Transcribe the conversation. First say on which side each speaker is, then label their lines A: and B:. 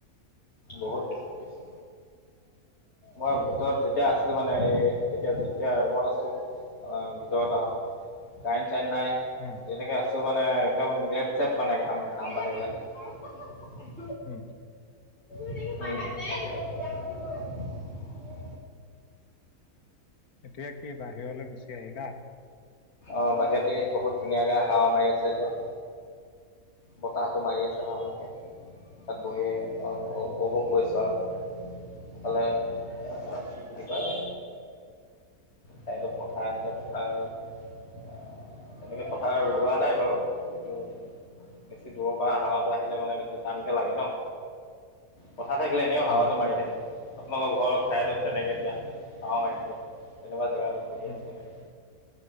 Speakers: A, on the left; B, on the left.
A: বহুত বেছি পৰিছে মই
B: আৰু
A: ভিতৰত যেতিয়া আছিলো মানে এই - এতিয়া যেতিয়া ৰুমত আছোঁ ভিতৰত আও কাৰেণ্ট চাইণ্ট নাই
B: উম
A: যেনেকৈ আছো। টো মানে একদম লেপজেপ মানে ঘাম ঘাম পানী ওলাই।
B: উম।
A: উম!
B: এতিয়া কি বাহিৰলৈ গুচি আহিলা।
A: অ বাহিৰতে বহুত ধুনীয়াকে হাৱা মাৰি আছে এতিয়া, বতাহটো মাৰি আছে ভালকে তাত বহি
B: হয়
A: উপভোগ কৰিছো। ত তালে কি বুলি কয়। ছাইডত পথাৰ আছে পথাৰ। তেনেকে পথা ৰোৱা নাই বাৰু কিন্তু। বেছি দূৰৰ পৰা হাৱাটো আহিলে মানে বেছি টানকে লাগে ন।
B: <inaudible>
A: কথা থাকিলে এনেও হাৱাটো
B: হয়
A: মাৰি থাকে আপোনালোকৰ ঘৰৰ ছাইডত তেনেকে এতিয়া হাৱা মাৰি থাকে। তেনেকুৱা জেগা এটাত বহি
B: উম
A: আছো মানে।